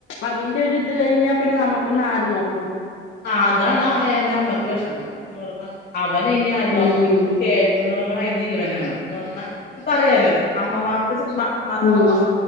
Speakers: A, on the left; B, on the left.
A: അവന്റെ ഇത് കഴിഞ്ഞാ പിന്നെ നമ്മുക്ക്ന്ന ആര് നോക്കും
B: ആ അതാണ് എന്റെ അമ്മക്ക് വിഷമം എന്ന് പറഞ്ഞാ അവനെ ഇനി ആര് <unintelligible> ന്ന്
A: ഉം
B: പറഞ്ഞാ <unintelligible> ജീവനാണ് എന്ന് പറഞ്ഞാ ഇപ്പറിയാലോ അമ്മമാർക്ക് <unintelligible> മോ
A: ഉം